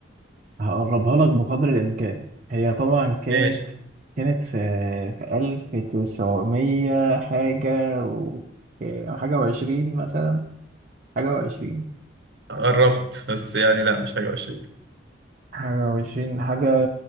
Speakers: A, on the right; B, on the right.
A: هقربها لك بقدر الإمكان هي طبعا كانت
B: ماشي
A: كانت في في ألف تسعمية حاجة و حاجة وعشرين مثلا حاجة وعشرين
B: قربت بس يعني لا مش حاجة وحشة
A: حاجة وعشرين حاجة